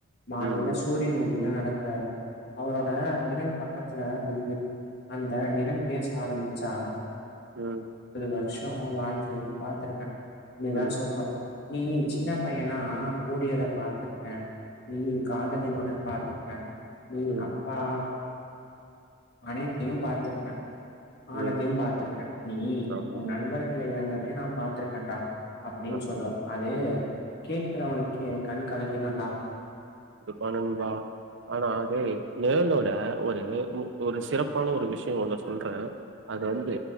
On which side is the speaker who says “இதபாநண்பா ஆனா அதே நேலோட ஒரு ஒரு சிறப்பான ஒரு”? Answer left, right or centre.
Right